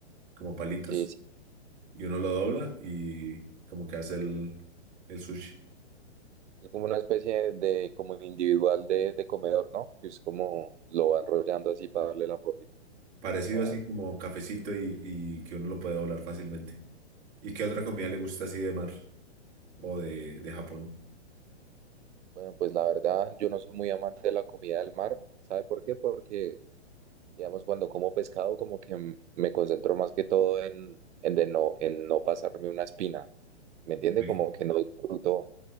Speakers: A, on the right; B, on the right.
A: como palitos,
B: Sí, sí,
A: y uno lo dobla
B: sí.
A: y como que hace el, el sushi.
B: Es como una especie de, como individual de, de comedor, ¿no? Que es como lo va enrollando así para darle la formita
A: Parecido
B: o
A: así
B: algo.
A: como cafecito y, y que uno lo puede doblar fácilmente. ¿Y qué otra comida le gusta así de mar o de, de Japón?
B: Bueno, pues la verdad, yo no soy muy amante de la comida del mar. ¿Sabe por qué? Porque, digamos, cuando como pescado, como que m- me concentro más que todo en, en de no, en no pasarme una espina. ¿Me entiende?
A: Ok.
B: Como que no disfruto.